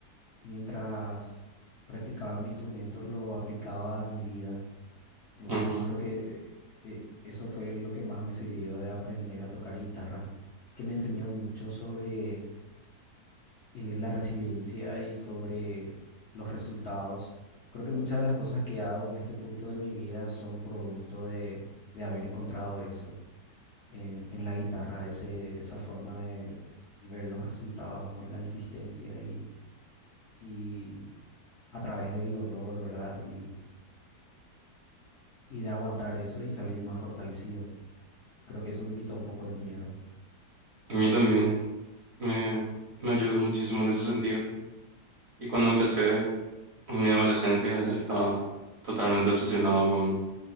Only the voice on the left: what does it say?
mientras practicaba mi instrumento lo aplicaba a mi vida. En-
creo que eh, eso fue lo que más me sirvió de aprender a tocar guitarra, que me enseñó mucho sobre eh, la resiliencia y sobre los resultados. Creo que muchas de las cosas que hago en este punto de mi vida son producto de, de haber encontrado eso en, en la guitarra, ese, esa forma de ver los resultados con la insistencia y, y a través del dolor, ¿verdad? Y, y de aguantar eso y salir más fortalecido. Creo que eso me quitó un poco el miedo.